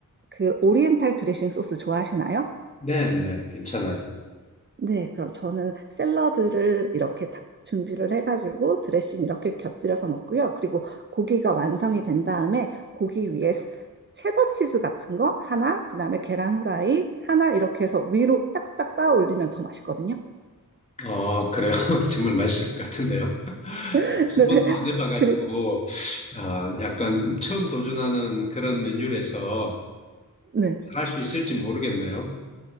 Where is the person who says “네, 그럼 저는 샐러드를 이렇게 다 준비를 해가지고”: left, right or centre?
Right